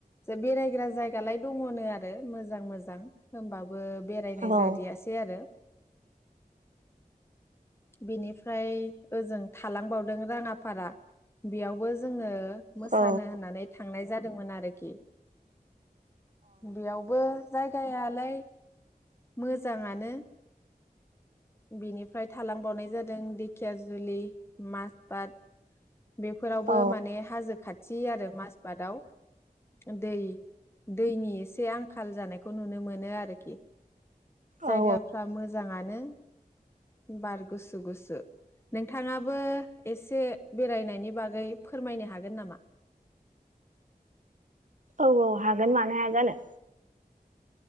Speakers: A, on the left; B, on the right.
A: बेरायग्रा जायगालाय दङनो आरो मोजां मोजां होनोमबाबो बो बेरायनाय
B: औ अ औ
A: जादियासै आरो बेनिफ्राय ओजों थालांबावदों राङाफारा बेयावबो जोङो मोसानो
B: औ
A: होननानै थांनाय जादोंमोन आरोखि बेयावबो जायगायालाय मोजाङानो बिनिफ्राय थालांबावनाय जादों दिेखिया जुलि माजबाद बेफोरावबो
B: औ
A: माने हाजो खाथि खाथि आरो माजबादाव दै दैनि एसे आंखाल जानायखौ नुनो मोनो आरोखि जायगाफ्रा
B: औ
A: मोजाङानो बार गुसु गुसु नोंथाङाबो एसे- बेरायनायनि बागै फोरमायनो हागोन नामा
B: औ औ हागोन मानो हाया जानो।